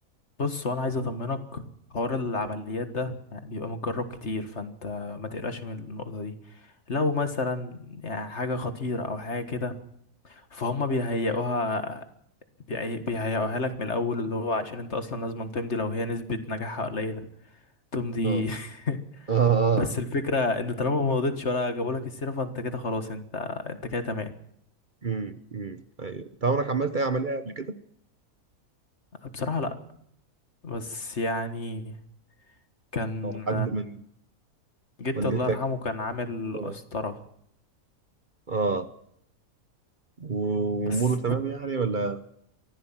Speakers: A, on the left; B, on the right.
A: بص وانا عايز اطمنك حوار العمليات ده يعني بيبقى متجرب كتير فانت ما تقلقش من النقطة دي لو مثلا يعني حاجة خطيرة او حاجة كده فهم بيهيئوها بيهي- بيهيئوها لك من الاول اللي هو عشان انت اصلا لازم تمضي لو هي نسبة نجاحها قليلة تمضي
B: اه
A: <laughs>
B: اه اه
A: بس الفكرة ان طالما ما مضيتش ولا جابوا لك السيرة فانت كده خلاص انت انت كده تمام
B: امم امم ايوه انت عمرك عملت اي عملية قبل كده؟
A: بصراحة لا بس يعني كان
B: او حد من
A: جدي
B: والدتك
A: الله يرحمه كان عامل
B: اه
A: قسطرة
B: اه واموره
A: بس
B: تمام يعني ولا